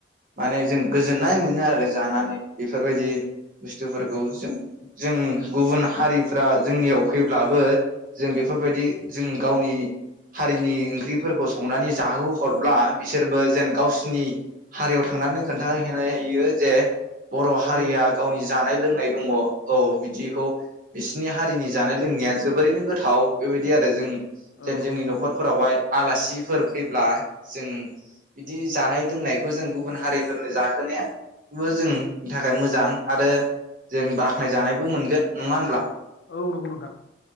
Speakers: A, on the right; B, on the left.
A: माने जों गोजोननाय मोनो आरो जानानै बेफोरबायदि बुस्थुफोरखौ जों जों गुबुन हारिफ्रा जोंनियाव फैब्लाबो जों बेफोरबायदि जों गावनि हारिनि ओंख्रिफोरखौ संनानै जाहोहरब्ला बिसोरबो जेन गावसिनि हारियाव थांनानै खोन्थाहैनो हायो जे बर हारिया
B: औ नंगौ
A: गावनि जानाय लोंनाय दङ औ बिदिखौ बिसिनि हारिनि जानाय लोंनाया जोबोरैनो गोथाव बेबायदि आरो जों
B: औ
A: जेन
B: नंगौ
A: जोंनि
B: नोंथां
A: नखरफोरावहाय आलासि फोर फैब्ला जों बिदि जानाय लोंनायखौ जों गुबुन हारिफोरनो जाहोनायाबो जोंनि थाखाय मोजां आरो जों बाख्नाय जानायबो मोनगोन नङा होनब्ला?
B: औ नंगौ नोंथां।